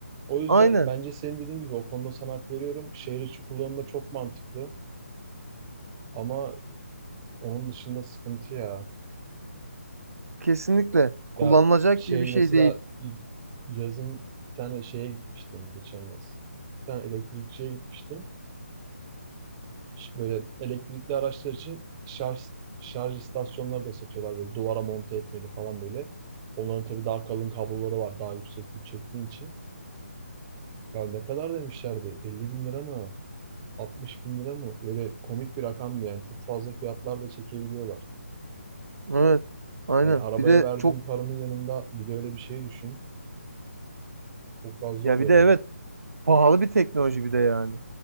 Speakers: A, on the right; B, on the right.
A: O yüzden
B: aynen.
A: bence senin dediğin gibi o konuda sana hak veriyorum. Şehir içi kullanımda çok mantıklı ama onun dışında sıkıntı ya.
B: Kesinlikle kullanılacak
A: Ya şey
B: gibi bir şey
A: mesela
B: değil.
A: yazın bir tane şeye gitmiştim geçen yaz. Bir tane elektrikçiye gitmiştim. Ş- Böyle elektrikli araçlar için şarj şarj istasyonları da satıyorlar böyle duvara monte etmeli falan böyle. Onların tabii daha kalın kabloları var daha yüksek güç çektiğin için. Ya ne kadar demişlerdi? 50 bin lira mı? 60 bin lira mı? Öyle komik bir rakamdı yani. Çok fazla fiyatlar da çekebiliyorlar.
B: Evet, aynen.
A: Yani arabaya
B: Bir de
A: verdiğin
B: çok
A: paranın yanında bir de öyle bir şey düşün. Çok fazla
B: ya
A: oluyor
B: bir de evet
A: bence.
B: Pahalı bir teknoloji bir de yani.